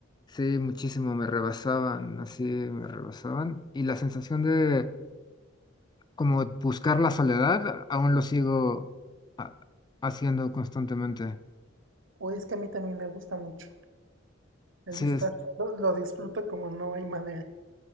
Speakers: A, on the left; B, on the right.
A: Sí, muchísimo, me rebasaban, así me rebasaban. Y la sensación de como buscar la soledad, aún lo sigo ha- haciendo constantemente.
B: O es que a mí también me gusta mucho el
A: Sí,
B: estar
A: es,
B: solo, lo disfruto como no hay manera.